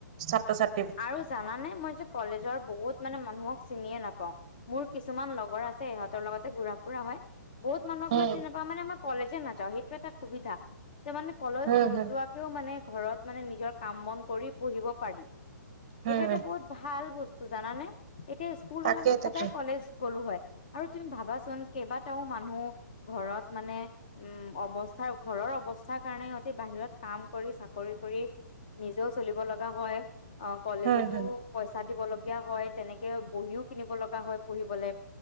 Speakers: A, on the right; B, on the left.
A: ছাত্ৰ ছাত
B: আৰু জানানে মই যে কলেজৰ বহুত মানে ম মোক চিনিয়ে নাপাও মোৰ কিছুমান লগৰ আছে ইহঁতৰ লগতে ঘুৰা ফুৰা হয় বহত মানুহক
A: উম
B: মই চিনে পা মানেমই কলেজে নাযাওঁ সেইটো এটা সুবিধা ত মানে কলেজ
A: হম
B: নোযোৱাকেও
A: হম
B: মানে ঘৰত মানে নিজৰ কাম বন কৰি পঢ়িব পাৰি সেইটো
A: হম
B: এটা বহুত ভাল বস্তু জানানে এতিয়া স্কুল
A: তাকে
B: হলে মই
A: তাকে
B: সদায় কলেজ গ'লো হয় আৰু তুমি ভাবাচোন কেইবাটাও মানুহ ঘৰত মানে উম অৱস্থাৰ ঘৰৰ অৱস্থাৰ কাৰণে সহতি বাহিৰত কাম কৰি চাকৰি কৰি নিজেও চলিব লগা হয় অ কলেজতো
A: হম হম
B: পইচা দিব লগ হয় তেনেকে বহিও কিনিব লগা হয় পঢহিবলে